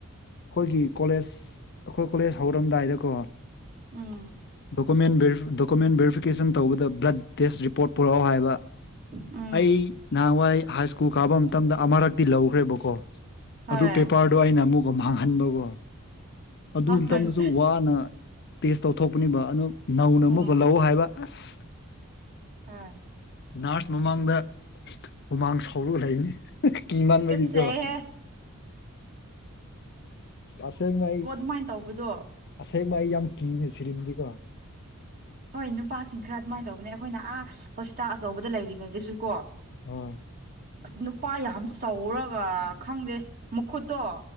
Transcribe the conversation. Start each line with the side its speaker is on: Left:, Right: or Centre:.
Left: ꯈꯣꯏꯒꯤ ꯀꯣꯂꯦꯖ ꯑꯩꯈꯣꯏ ꯀꯣꯂꯦꯖ ꯍꯧꯔꯝꯗꯥꯏꯗꯀꯣ
Right: ꯎꯝ
Left: ꯗꯣꯀꯨꯃꯦꯟ ꯚꯦꯔꯤꯐ ꯗꯣꯀꯨꯃꯦꯟ ꯚꯦꯔꯤꯐꯤꯀꯦꯁꯟ ꯇꯧꯕꯗ ꯕ꯭ꯂꯠ ꯇꯦꯁ ꯔꯤꯄꯣꯔꯠ ꯄꯨꯔꯛꯑꯣ ꯍꯥꯏꯌꯦꯕ
Right: ꯎꯝ
Left: ꯑꯩ ꯅꯍꯥꯟꯋꯥꯏ ꯍꯥꯏ ꯁ꯭ꯀꯨꯜ ꯀꯥꯕ ꯃꯇꯝꯗ ꯑꯃꯔꯛꯇꯤ ꯂꯧꯈ꯭ꯔꯦꯕꯀꯣ
Right: ꯍꯣꯏ
Left: ꯑꯗꯨ ꯄꯦꯄꯥꯔꯗꯣ ꯑꯩꯅ ꯑꯃꯨꯛ ꯃꯥꯡꯍꯟꯕꯀꯣ ꯑꯗꯨ ꯃꯇꯝꯗꯁꯨ
Right: ꯍꯣꯏ
Left: ꯋꯥꯅ ꯇꯦꯁ ꯇꯧꯊꯣꯛꯄꯅꯦꯕ ꯑꯅꯣ ꯅꯧꯅ
Right: ꯑꯥ
Left: ꯑꯃꯨꯛꯀ ꯂꯧ ꯍꯥꯏꯕ ꯑꯁ
Right: ꯍꯣꯏ
Left: ꯅꯥꯔꯁ ꯃꯃꯥꯡꯗ ꯍꯨꯃꯥꯡ ꯁꯥꯎꯔꯒ ꯂꯩꯅꯤ ꯀꯤ ꯃꯥꯟꯕꯒꯤꯀꯣ
Right: ꯇꯨꯀꯠꯆꯩꯍꯦ
Left: ꯑꯁꯦꯡꯕ ꯑꯩ
Right: ꯃꯥꯏꯅ ꯇꯧꯕꯗꯣ
Left: ꯑꯁꯦꯡꯕ ꯑꯩ ꯌꯥꯝ ꯀꯤꯅꯦ ꯁꯤꯔꯤꯟꯗꯤꯀꯣ
Right: ꯍꯣꯏ ꯅꯨꯄꯥꯁꯤꯡ ꯈꯔ ꯑꯗꯨꯃꯥꯏꯅ ꯇꯧꯕꯅꯦ ꯑꯩꯈꯣꯏꯅ ꯑꯥ ꯍꯣꯁꯄꯤꯇꯥꯜ ꯑꯆꯧꯕꯗ ꯂꯩꯔꯤꯉꯩꯗꯁꯨ ꯀꯣ
Left: ꯑꯣꯏ
Right: ꯅꯨꯄꯥ ꯌꯥꯝ ꯆꯧꯔꯒ ꯈꯪꯗꯦ ꯃꯈꯨꯠꯇꯣ